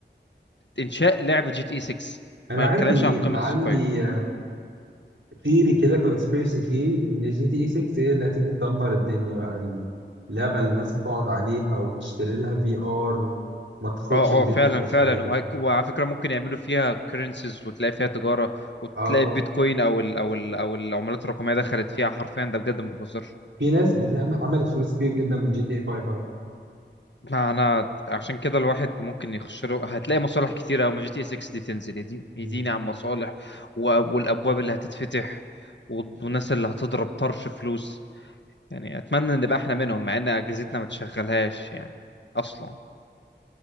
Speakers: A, on the left; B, on the right.
A: انشاء لعبة جي تي اي 6
B: انا
A: ما
B: عندي
A: بتكلمش عن قيمة
B: عندي
A: السوقية
B: ثيري كده كونسبيرسي ثيري ان جي تي اي 6 هي اللي هتيجي تدمر الدنيا بقى اللعبه اللي الناس هتقعد عليها وتشتري لها في ار ما تخرجش
A: اه
B: من بيتها
A: اه فعلا
B: تعيش
A: فعلا
B: عليها
A: وهيك وعلى فكره ممكن يعملوا فيها كرنسيز وتلاقي فيها تجاره وتلاقي
B: اه
A: البيتكوين او ال او ال او العملات الرقميه دخلت فيها حرفيا ده بجد ما بهزرش
B: في ناس بتعمل عملت فلوس كتير جدا من جي تي اي 5 على فكرة.
A: ما انا عشان كده الواحد ممكن يخش له هتلاقي مصالح كتيره قوي ما جي تي اس 6 دي تنزل يديني يديني
B: مم.
A: عن مصالح و- والابواب اللي هتتفتح والناس اللي هتضرب طرش فلوس يعني اتمنى ان نبقى احنا منهم مع ان اجهزتنا ما تشغلهاش يعني اصلا